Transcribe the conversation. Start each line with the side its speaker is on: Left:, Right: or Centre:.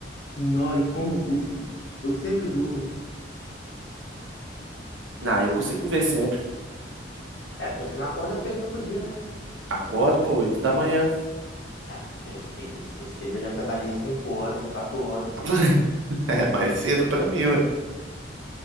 Left: Não, e como custa? Eu sempre durmo.
Right: Não, eu consigo ver sempre.
Left: É, porque você não acorda cedo no outro dia, né?
Right: Acordo, pô, 8 da manhã.
Left: Ah, seu cedo, seu cedo. Eu já trabalhei cinco horas, quatro horas.
Right: <laughs> É mais cedo pra mim, ué.